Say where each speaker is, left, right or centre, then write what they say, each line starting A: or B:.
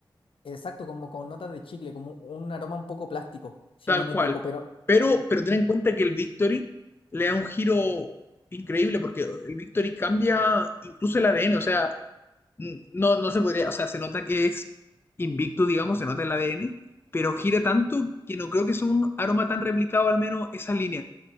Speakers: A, on the left; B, on the left.
A: exacto, como con notas de chicle, como un aroma un poco plástico, si
B: Tal
A: no me
B: cual.
A: equivoco. Pero
B: Pero, pero ten
A: mm,
B: en cuenta que el Victory le da un giro increíble porque el Victory cambia incluso el ADN. O sea, No, no se podría, o sea, se nota que es invicto, digamos, se nota el ADN, pero gira tanto que no creo que sea un aroma tan replicado, al menos esa línea.